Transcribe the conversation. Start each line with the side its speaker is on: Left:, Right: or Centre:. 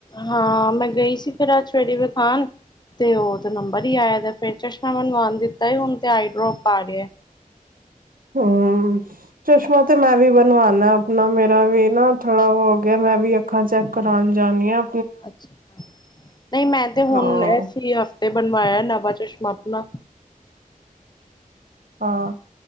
Left: ਹਾਂ ਮੈਂ ਗਈ ਸੀ ਫਿਰ ਅੱਜ ਫੇਰੇ ਵਿਖਾਨ ਤੇ ਉਹਦ ਨੰਬਰ ਹੀ ਆਇ ਦਾ ਫਿਰ ਚਸ਼ਮਾ ਮਨਵਾਉਣ ਦਿੱਤਾ ਹੁਣ ਤੇ ਆਈਡਰੋਪ ਪਾੜ ਹੈ
Right: ਹਮ ਚਸ਼ਮਾ ਤੇ ਮੈਂ ਵੀ ਬਣਵਾਨਾ ਆਪਣਾ ਮੇਰਾ ਵੀ ਨਾ ਥੋੜਾ ਉਹ ਹੋ ਗਿਆ ਮੈਂ ਵੀ ਅੱਖਾਂ ਚੈੱਕ ਕਰਉਣ ਜਾਣੀ ਆਾਂ
Left: ਅੱਛਾ ਨਹੀਂ ਮੈਂ ਤੇ ਹੁਣ
Right: ਹਾਂ
Left: ਐ ਹਫ਼ਤੇ ਬਣਵਾਇਆ ਨਵਾਂ ਚਸ਼ਮਾ ਨਾ
Right: ਹਾਂ